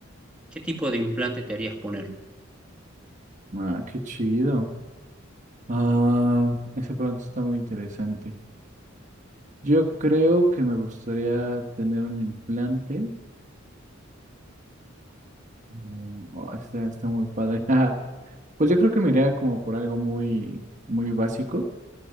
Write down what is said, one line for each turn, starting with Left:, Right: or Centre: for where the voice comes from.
Centre: ¿Qué tipo de implante te harías poner?
Right: Ah, qué chido. Ah, ese pronto está muy interesante. Yo creo que me gustaría tener un implante. Mm, oh, está, está muy padre. <laughs> Pues yo creo que me iría como por algo muy, muy básico.